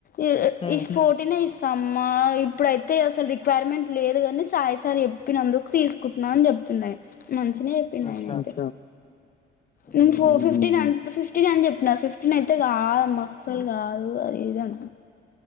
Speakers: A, on the left (about 45°); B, on the left (about 30°).
A: ఈ
B: హ్మ్
A: ఈ స్పోోటీని సమ్మా ఇప్పుడైతే అసలు రిక్వైర్మెంట్ లేదు కాని సాయిసార్ చెప్పినందుకు తీసుకుంటున్నా అని చెప్తాను తుయి మంచిిన చెయిప్పిండయన
B: అచ్చా
A: అయితే
B: హుహుహు.
A: నేను ఫో ఫిఫ్టీన్ అన్ ఫిఫ్టీన్ అని చెప్పిన ఫిఫ్టీన్ అయితే కా మ్ అస్సలు కాదు అది ఇది అను